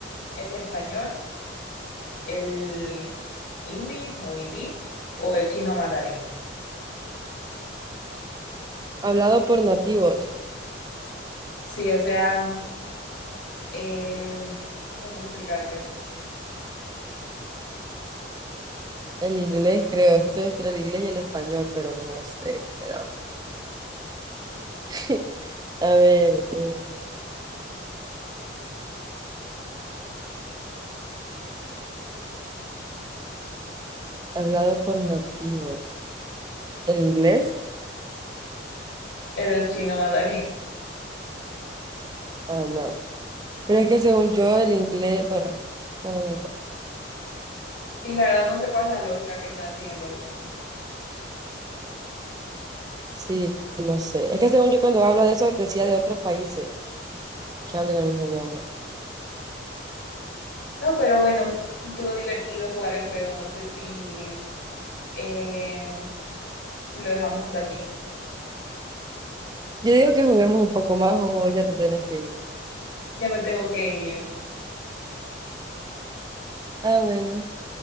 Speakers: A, on the left (about 70°); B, on the right (about 20°).
A: el español, el hindi o hindi o el chino mandarín?
B: Hablado por nativos.
A: Sí, o sea, Eh, no sé cómo explicarte.
B: El inglés, creo. Esto es entre el inglés y el español, pero no sé. Pero- <laughs> A ver, eh, hablado por nativos. ¿El inglés?
A: Era El chino mandarín.
B: Ah, no. Pero es que según yo, el inglés, bueno, bueno, no importa.
A: Y <laughs> la verdad no sé cuál es la lógica que están haciendo aquí.
B: Sí, no sé. Es que según yo, cuando hablo de eso, decía de otros países que hablan el mismo idioma.
A: No, pero bueno, estuvo divertido jugar el juego. No sé si, eh, si lo dejamos hasta aquí.
B: Yo digo que juguemos un poco más o ya te tenés que ir.
A: Ya me tengo que ir.
B: Ah, bueno.